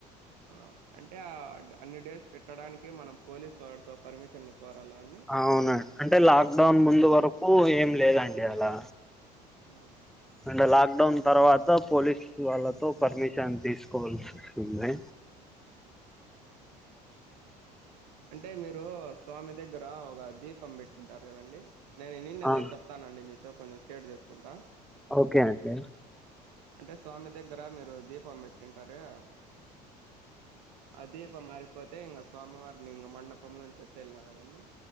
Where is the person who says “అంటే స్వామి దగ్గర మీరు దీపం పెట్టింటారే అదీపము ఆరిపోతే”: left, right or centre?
Right